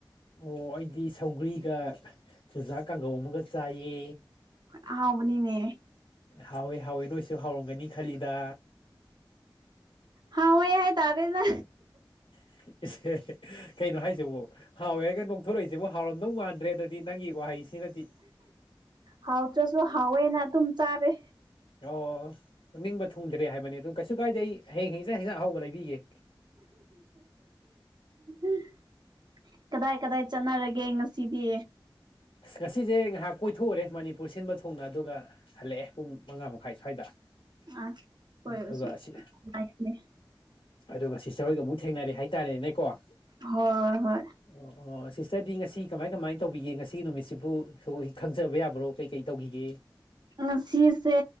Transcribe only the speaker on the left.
ꯑꯣ ꯑꯩꯗꯤ ꯁꯧꯒ꯭ꯔꯤꯒ ꯆꯨꯖꯥꯛ ꯀꯥꯡꯒꯧ ꯑꯃꯒ ꯆꯥꯏꯌꯦ
ꯍꯥꯎꯋꯦ ꯍꯥꯎꯋꯦ ꯅꯣꯏꯁꯨ ꯍꯥꯎꯔꯝꯒꯅꯤ ꯈꯜꯂꯤꯗ
<inaudible> ꯀꯩꯅꯣ ꯍꯥꯏꯁꯤꯕꯨ ꯍꯥꯎꯋꯦꯒ ꯅꯣꯛꯊꯣꯔꯛꯏꯁꯤꯕꯨ ꯍꯥꯎꯔꯝꯗꯧ ꯃꯥꯟꯗ꯭ꯔꯦ ꯑꯗꯨꯗꯤ ꯅꯪꯒꯤ ꯋꯥꯍꯩꯁꯤꯅꯗꯤ
ꯑꯣ ꯅꯤꯡꯕ ꯊꯨꯡꯗ꯭ꯔꯦ ꯍꯥꯏꯕꯅꯤ ꯑꯗꯨ ꯀꯩꯁꯨ ꯀꯥꯏꯗꯦ ꯑꯩ ꯍꯌꯦꯡ ꯍꯪꯁꯠ ꯑꯍꯧꯕ ꯂꯩꯕꯤꯒꯦ
ꯑꯁ ꯉꯁꯤꯁꯦ ꯉꯥꯏꯍꯥꯛ ꯀꯣꯏꯊꯣꯛꯎꯔꯦ ꯃꯅꯤꯄꯨꯔ ꯁꯤꯟꯕ ꯊꯨꯡꯅ ꯑꯗꯨꯒ ꯍꯜꯂꯛꯑꯦ ꯄꯨꯡ ꯃꯉꯥ ꯃꯈꯥꯏ ꯁ꯭ꯋꯥꯏꯗ
ꯑꯗꯨꯒ ꯁꯤ ꯑꯗꯨꯒ ꯁꯤꯁꯇꯔ ꯍꯣꯏꯒ ꯑꯃꯨꯛ ꯊꯦꯡꯅꯔꯦ ꯍꯥꯏꯇꯥꯔꯦꯅꯦ ꯀꯣ
ꯑꯣ ꯑꯣ ꯁꯤꯁꯇꯔꯗꯤ ꯉꯁꯤ ꯀꯃꯥꯏ ꯀꯃꯥꯏꯅ ꯇꯧꯕꯤꯒꯦ ꯉꯁꯤꯒꯤ ꯅꯨꯃꯤꯠꯁꯤꯕꯨ ꯈꯪꯖꯕ ꯌꯥꯕ꯭ꯔꯣ ꯀꯩꯀꯩ ꯇꯧꯈꯤꯒꯦ